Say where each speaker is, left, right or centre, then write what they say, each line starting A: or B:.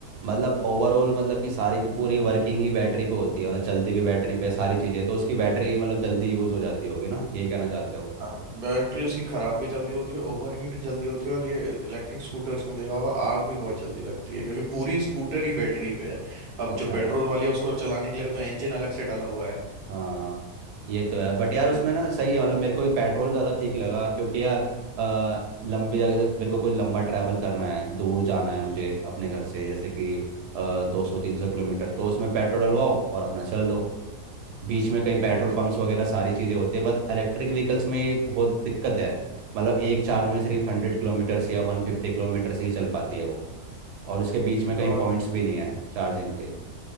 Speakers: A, on the right; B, on the right.
A: मतलब ओवरऑल मतलब कि सारी की पूरी वर्किंग ही बैटरी पे होती है मतलब चलती भी बैटरी पे है सारी चीज़ें तो उसकी बैटरी मतलब जल्दी यूज़ हो जाती होगी ना यही कहना चाहते हो
B: हाँ बैटरी उसकी खराब भी जल्दी होती है ओवर हीट जल्दी होती है और ये इलेक्ट्रिक स्कूटर्स में देखा होगा आग भी बहुत जल्दी लगती है क्योंकि पूरी स्कूटर ही बैटरी पे है अब
A: अच्छा
B: जो पेट्रोल वाली है उसको चलाने के लिए तो इंजन अलग से डाला हुआ है
A: हाँ ये तो है बट यार उसमें
B: ये तो-
A: ना सही है मतलब मेरे को भी पेट्रोल ज़्यादा ठीक लगा क्योंकि यार अ, लंबी जगह से मेरे को कोई लंबा ट्रैवल करना है दूर जाना है मुझे अपने घर से जैसे कि दो सौ तीन सौ किलोमीटर तो उसमें पेट्रोल डलवाओ और अपना चल दो बीच में कहीं पेट्रोल
B: ये तो
A: पंप्स
B: है
A: वगैरह सारी चीज़ें होती है बट इलेक्ट्रिक व्हीकल्स में ये बहुत दिक्कत है मतलब एक चार्ज में सिर्फ हंड्रेड किलोमीटर से या वन फिफ्टी किलोमीटर से ही चल पाती है वो और उसके बीच में कहीं
B: और
A: पॉइंट्स भी नहीं है चार्जिंग के